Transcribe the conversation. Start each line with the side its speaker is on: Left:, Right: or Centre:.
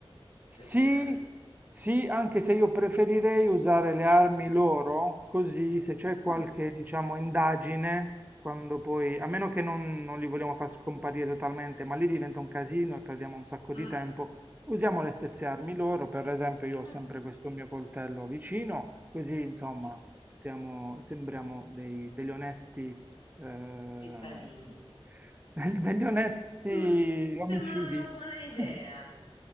Right: Sì,
Left: figurati.
Right: sì, anche se io preferirei usare le armi loro, così se c'è
Left: Mm,
Right: qualche, diciamo, indagine, quando poi, a meno che non, non li vogliamo far scomparire totalmente, ma lì diventa un casino e perdiamo un sacco
Left: mm,
Right: di tempo, usiamo le stesse armi loro, per esempio io
Left: mm,
Right: ho sempre questo mio coltello vicino, così insomma
Left: sì.
Right: stiamo, sembriamo dei- degli onesti eh, <laughs>
Left: Cittadini.
Right: del- degli onesti
Left: Sem- Sembra
Right: omicidi.
Left: una buona idea.
Right: <laughs>